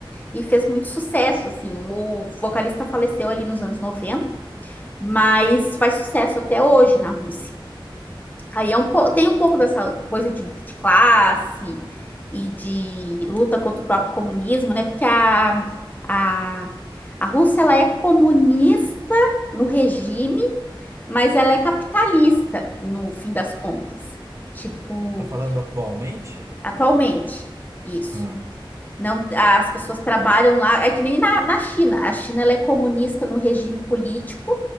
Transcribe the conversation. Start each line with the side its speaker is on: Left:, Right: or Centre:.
Left: e fez muito sucesso, assim. O vocalista faleceu ali nos anos 90, mas faz sucesso até hoje na Rússia. Aí é um po- tem um pouco dessa coisa de luta de classe e de luta contra o próprio comunismo, né? Porque a, a, a Rússia ela é comunista no regime, mas ela é capitalista no fim das contas. Tipo,
Right: Tá falando atualmente?
Left: atualmente, isso.
Right: Hum.
Left: Não, as pessoas trabalham lá, é que nem na, na China. A China ela é comunista no regime político,